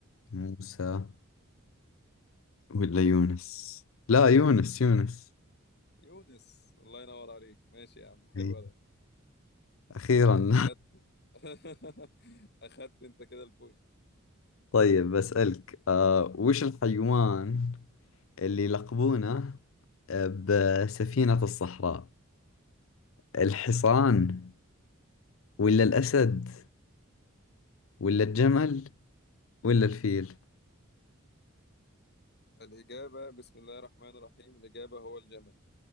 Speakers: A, on the left; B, on the left.
A: موسى ولا يونس لا يونس يونس
B: يونس الله ينور عليك ماشي يا عم حلو
A: إي.
B: ده
A: اخيرا <laughs>
B: أخدت <laughs> أخدت أنت كده البوينت
A: طيب بسألك آه وش الحيوان اللي يلقبونه آه، بسفينة الصحراء الحصان ولا الأسد ولا الجمل ولا الفيل
B: الإجابة بسم الله الرحمن الرحيم الإجابة هو الجمل